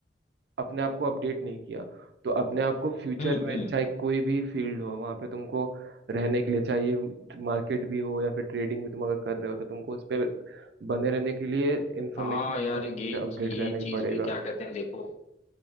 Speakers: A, on the right; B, on the left.
A: अपने आप को अपडेट नहीं किया तो अपने आप को फ्यूचर
B: हम्म
A: में
B: हम्म
A: चाहे कोई भी फील्ड हो वहां पे तुमको रहने के लिए चाहिए मार्केट भी हो या फिर ट्रेडिंग भी तुम अगर कर रहे हो तो तुमको उस पर बने रहने के लिए इंफॉर्मेशन
B: हाँ यार
A: और उससे
B: ये
A: अपडेट
B: ये
A: रहना ही
B: चीज
A: पड़ेगा
B: भी क्या कहते हैं देखो